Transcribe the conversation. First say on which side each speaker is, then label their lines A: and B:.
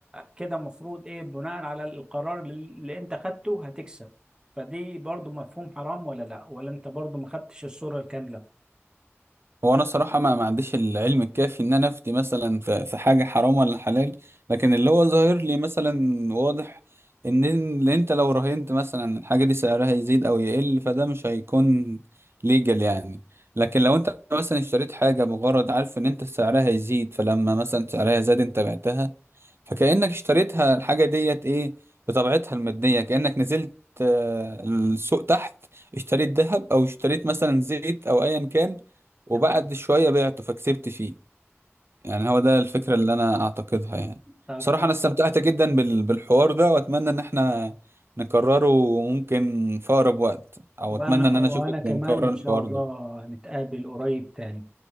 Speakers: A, on the right; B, on the right.
A: كده المفروض ايه بناء على القرار اللي اللي انت خدته هتكسب فدي برضو مفهوم حرام ولا لا ولا انت برضو ما خدتش الصورة الكاملة
B: هو انا صراحه ما, ما عنديش العلم الكافي ان انا افتي مثلا في, في حاجه حرام ولا حلال لكن اللي هو ظاهر لي مثلا واضح ان إن انت لو راهنت مثلا الحاجه دي سعرها يزيد او يقل فده مش هيكون ليجل يعني لكن لو انت مثلا اشتريت حاجه بغرض عارف ان انت سعرها يزيد فلما مثلا سعرها زاد انت بعتها فكانك اشتريتها الحاجه ديت ايه بطبيعتها الماديه كانك نزلت آه، السوق تحت اشتريت ذهب او اشتريت مثلا زيت او ايا كان وبعد
A: تمام
B: شوية بعته فكسبت فيه يعني هو ده الفكرة اللي أنا أعتقدها يعني
A: طب
B: صراحة
A: تمام.
B: أنا استمتعت جدا بال- بالحوار ده وأتمنى إن إحنا نكرره ممكن في أقرب وقت أو
A: وانا
B: أتمنى إن
A: وانا
B: أنا أشوفك
A: كمان
B: ونكرر
A: وان
B: الحوار
A: شاء الله
B: ده
A: نتقابل قريب تاني